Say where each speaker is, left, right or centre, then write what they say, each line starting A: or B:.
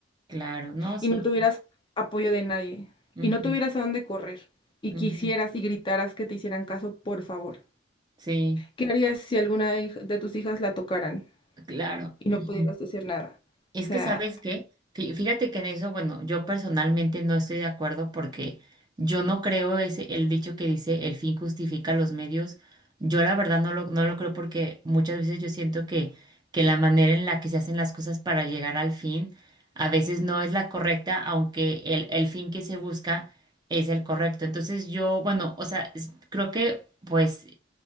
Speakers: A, on the right (about 20°); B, on the left (about 25°).
A: Claro, no, sí.
B: y no tuvieras apoyo de nadie
A: Ujú.
B: y no tuvieras a dónde correr y
A: Ujú,
B: quisieras y gritaras que te hicieran caso, por favor.
A: Sí,
B: ¿Qué harías si alguna hij- de tus hijas la tocaran
A: claro.
B: y
A: Ujú.
B: no pudieras decir nada?
A: Es
B: O sea,
A: que, ¿sabes qué? Fí- Fíjate que en eso, bueno, yo personalmente no estoy de acuerdo porque yo no creo ese, el dicho que dice el fin justifica los medios. Yo la verdad no lo, no lo creo porque muchas veces yo siento que, que la manera en la que se hacen las cosas para llegar al fin a veces no es la correcta, aunque el, el fin que se busca es el correcto. Entonces yo, bueno, o sea, es- creo que pues